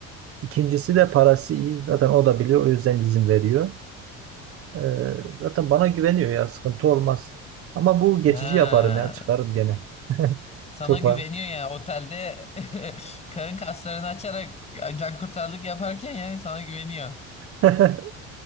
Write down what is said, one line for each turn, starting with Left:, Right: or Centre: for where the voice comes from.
Right: İkincisi de parası iyi. Zaten o da biliyor o yüzden izin veriyor. Ee, zaten bana güveniyor ya sıkıntı olmaz. Ama bu geçici
Left: Ha,
Right: yaparım ya çıkarım gene.
Left: sana
Right: Çok
Left: güveniyor
Right: var.
Left: yani otelde <laughs> karın kaslarını açarak can kurtarlık yaparken yani sana güveniyor.
Right: <laughs>